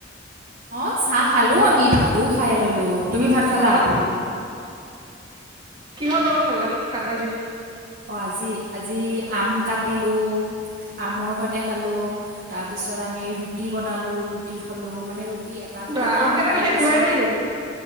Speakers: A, on the right (about 50°); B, on the right (about 25°).
A: অঁ চাহ খালোঁ আমি ভাতো খাই ল'লোঁ। তুমি ভাত খালা
B: অ ভাতো খা কিহৰ লগত খালা ভাত আজি
A: অজি আজি আম কাটিলোঁ আমৰ সৈতে খালোঁ তাৰপিছত আমি ৰুটি বনালোঁ ৰুটি খালোঁ মানে ৰুটি এটা দুটা
B: বা
A: খাওঁ
B: আমকেইটা
A: তাৰপিছত
B: শেষ হোৱাই নাই নেকি